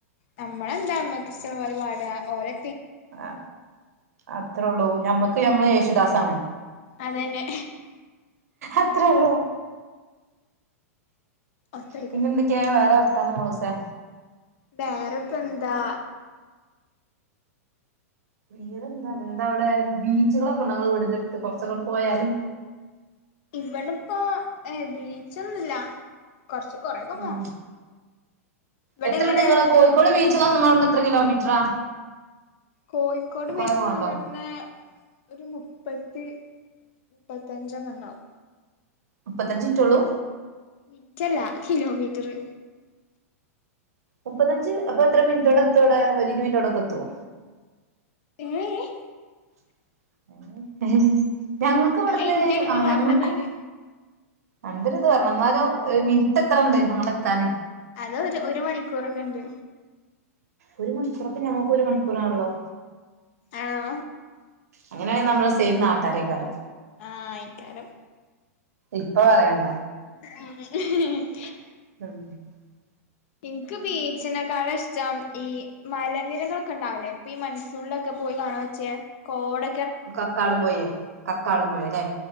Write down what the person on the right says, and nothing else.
ആ അത്രേ ഉള്ളൂ. ഞമ്മക്ക് ഞമ്മള് യേശുദാസ് ആണ്
അത്രേള്ളൂ
പിന്നെ എന്തൊക്കെയാ വേറെ വർത്താനം മോളുസേ
വേറെന്താ എന്താ അവിടെ ബീച്ചുകളൊക്കെ ഉണ്ടോ നിങ്ങള വീടിന്റെ അടുത്ത് കൊറച്ചങ്ങട്ട് പോയാല്
ഉം
എത്രണ്ട്
നിങ്ങള കോഴിക്കോട് ബീ ച്ച് ങ്ങളവ്ട്ന്ന്ത്ര കിലോമീറ്ററാ
കൊറെ പോവാണ്ടോ
മുപ്പത്തഞ്ച് ന്ട്ടെ ഉള്ളൂ
മുപ്പത്തഞ്ച് അപ്പൊ എത്ര മിനിറ്റോണ്ട് എത്തും അവിടെ ഒരു ഇരുപത്നിറ്റോണ്ടൊക്കെ എത്തുവോ
ഉം ഞങ്ങക്ക് ഇവിടന്ന്
ആ
ഞങ്ങക്കോ എന്റെ ഒരു ഇത് പറഞ്ഞു എന്നാലോ ഒരു മിനിറ്റ് എത്ര എണ്ട് അങ്ങടെത്താന്?
ഒരു മണിക്കൂറോ അപ്പ ഞങ്ങക്ക് ഒരു മണി ക്കൂറാണല്ലോ. <inaudible>
അങ്ങനെയാണെങ്കിൽ നമ്മള് സെയിം നാട്ടാരേക്കാരം.
ഇപ്പൊ പറയണ്ട
<unintelligible>
കക്കാടം പോയേ കക്കാട പോയ അല്ലെ